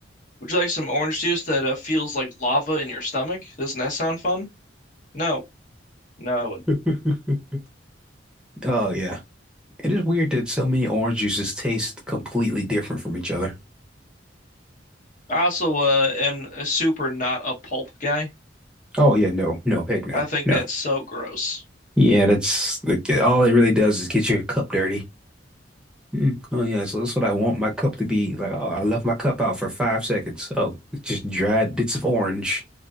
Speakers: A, on the left (about 45°); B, in the centre.
A: Would you like some orange juice that uh, feels like lava in your stomach? Doesn't that sound fun? No, no, I wouldn't.
B: <laughs> Oh yeah, it is weird that so many orange juices taste completely different from each other.
A: I also uh, am a super not a pulp guy.
B: Oh yeah, no, no, heck no,
A: I think
B: no.
A: that's so gross.
B: Yeah, that's like all it really does is get your cup dirty. Mm. Oh yeah, so that's what I want my cup to be. Like, oh, I left my cup out for five seconds. Oh, it's just dried bits of orange.